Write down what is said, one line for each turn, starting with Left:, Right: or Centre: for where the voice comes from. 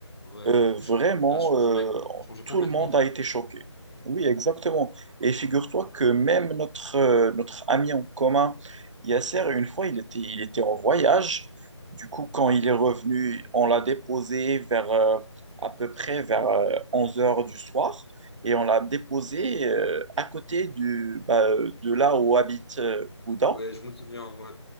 Left: ouais.
Right: Euh, vraiment,
Left: Elle change, elle change,
Right: euh,
Left: mec. Elle change
Right: tout
Left: complètement,
Right: le monde
Left: frère.
Right: a été choqué. Oui, exactement. Et figure-toi que même notre, euh, notre ami en commun, Yasser, une fois, il était, il était en voyage. Du coup, quand il est revenu, on l'a déposé vers euh, à peu près vers euh, 11 heures du soir et on l'a déposé euh, à côté du, bah, euh, de là où habite euh, Bouddha.
Left: Ouais, je me souviens, ouais.